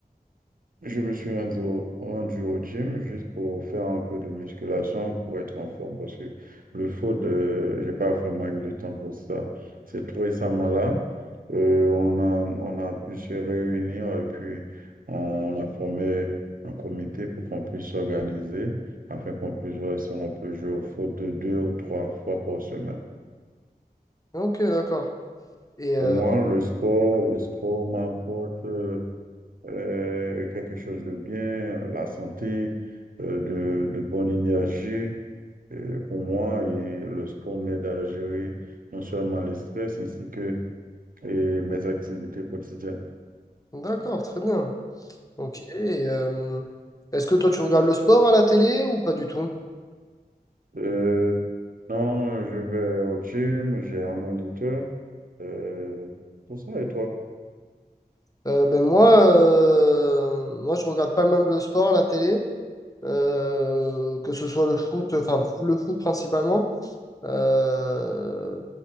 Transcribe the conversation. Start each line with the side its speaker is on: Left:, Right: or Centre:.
Right: je me suis rendu, au rendu au gym juste pour faire un peu de musculation pour être en forme parce que le foot, euh, j'ai pas vraiment eu le temps pour ça. C'est tout récemment là. Euh, on a, on a pu se réunir et puis on a formé un comité pour qu'on puisse s'organiser afin qu'on puisse voir si on peut jouer au foot deux ou trois fois par semaine.
Left: Ok, d'accord. Et
Right: Pour
Left: euh,
Right: moi, le sport, le sport m'apporte euh, euh, quelque chose de bien, la santé, euh, de, de bonne énergie euh, pour moi. Et le sport m'aide à gérer non seulement les stress ainsi que et mes activités quotidiennes.
Left: d'accord, très bien. Ok. et, euh, est-ce que toi, tu regardes le sport à la télé ou pas du tout?
Right: Euh, non, je vais au gym, j'ai un moniteur. Euh, pour ça, et toi?
Left: Euh, ben moi, euh, moi, je regarde pas même le sport à la télé, euh, que ce soit le foot, enfin le foot principalement. Euh,